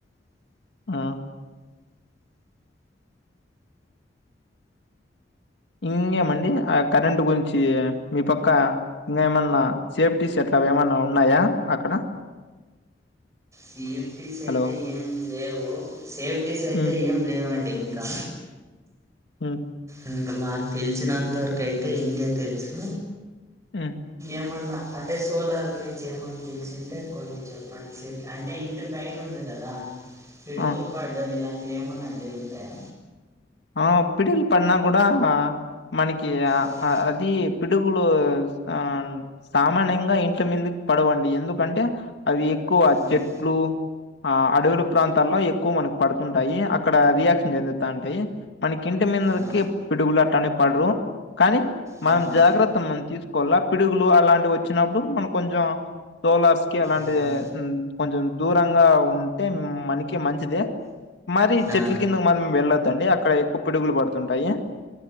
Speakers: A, on the left; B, on the right.
A: ఆ ఇంగేమండి ఆ కరెంటు గుంచీ మీ పక్కా ఇంగేమన్నా సేఫ్టీస్ అట్లావి ఏమన్నా ఉన్నాయా అక్కడ
B: సేఫ్టీస్ ఐతే
A: హలో.
B: ఏం లేవూ సేఫ్టీస్ ఐతే
A: హ్మ్.
B: ఏం లేవండి ఇంకా
A: ఉమ్
B: ఇంక మాక్ తెలిసినంత వరకైతే ఇంతే తెల్సూ
A: హ్మ్.
B: ఏమన్నా అంటే సోలార్ గురించి ఏమన్ తెలిసింటే కొన్ని చెప్పండి సర్ అంటే ఇంటి పైనుంది గదా పిడుగుల్
A: ఆ!
B: పడ్డం ఇలాంటివి ఏమన్నా జరుగుతయా
A: ఆ పిడిల్ పడ్నా గుడా మనకీ ఆ
B: ఉమ్,
A: ఆ అద్ దీ పిడుగులూస్ ఆన్ సామాన్యంగా ఇంట్ల మిందిక్ పడవండీ ఎందుకంటే అవి ఎక్కువ
B: ఉమ్,
A: చెట్లూ ఆ అడవులు ప్రాంతాల్లో ఎక్కువ మనకు పడుతుంటాయి అక్కడ రియాక్షన్ చెందుతాంటాయి మన కింటి మిందర్
B: ఆ,
A: కిప్ పిడుగులట్టాంటి పడ్రూ కానీ
B: ఉమ్,
A: మనం జాగ్రత్త మం తీస్కోవాల పిడుగులు అలాంటి వచ్చినప్పుడు మనం కొంచెం సోలార్స్ కి అలాంటిదే
B: ఉమ్,
A: ఉమ్ కొంచం దూరంగా ఉంటే మనకీ మంచిదే మరీ
B: ఆ,
A: చెట్ల కింద మనం వెళ్ళద్దండి అక్కడ ఎక్కువ పిడుగులు బడుతుంటాయి